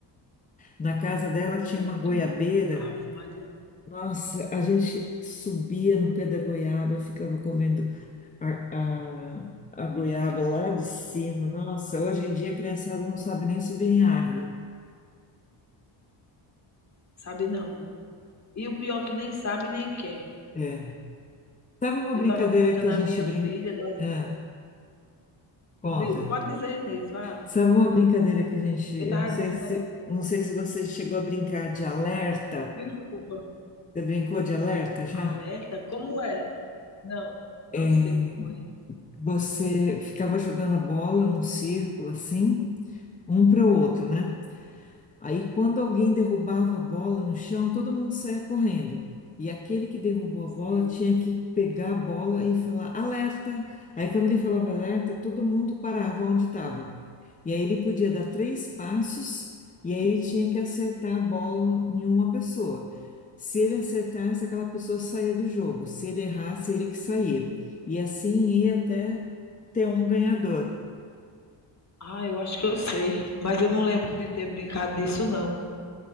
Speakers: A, on the left; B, on the left.
A: Na casa dela tinha
B: é muito
A: uma goiabeira
B: bom. Ave Maria,
A: Nossa, a gente subia no pé da goiaba, ficava comendo a, a, a goiaba lá de cima. Nossa, hoje em dia a criançada não sabe nem subir em árvore.
B: sabe não. E o pior é que nem sabe nem quer.
A: É. Sabe uma
B: Eu
A: brincadeira
B: estava contando
A: que a
B: a
A: gente
B: minha
A: brinca?
B: filha, das-
A: Ah, conta.
B: de- pode dizer, Inês, vá.
A: Sabe uma brincadeira que a gente. Eu
B: Eu estava
A: não sei
B: dizendo,
A: se, não sei se você chegou a brincar de alerta.
B: desculpa,
A: Você brincou de alerta já?
B: alerta? Como é? Não, não
A: É,
B: sei como é.
A: você ficava jogando a bola num círculo assim, um para o outro, né? Aí, quando alguém derrubava a bola no chão, todo mundo saía correndo. E aquele que derrubou a
B: Sim.
A: bola tinha que pegar a bola e falar alerta. Aí, quando ele falava alerta, todo mundo parava onde estava. E aí, ele podia dar três passos e aí ele tinha que acertar a bola em uma pessoa. Se ele acertasse, aquela pessoa saía do jogo. Se ele errasse, ele que saía. E assim ia até ter um ganhador.
B: Ah, eu acho que eu sei, mas eu não lembro de ter brincado disso, não.